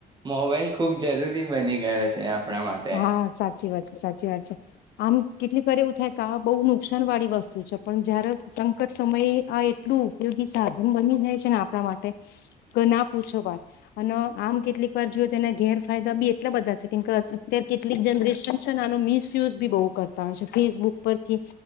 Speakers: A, on the right; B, on the left.
A: મોબાઈલ ખુબ જરૂરી બની ગયો છે આપણા માટે.
B: હા સાચી વાત છે સાચી વાત છે આમ કેટલીક વાર એવું થાય કે આ બહુ નુકસાન વાળી વસ્તુ છે પણ જયારે સંકટ સમયે આ એટલું ઉપયોગી સાધન બની જાય છે ને આપણા માટે કે ના પૂછો વાત અને આમ કેટલીક વાર જોએ તેના ગેરફાયદા બી એટલા બધા છે કેમ કે અત્યારે કેટલીક જનરેશન છે ને આનો મિસયુઝ બી બહુ કરતા હોય છે ફેસબુક પરથી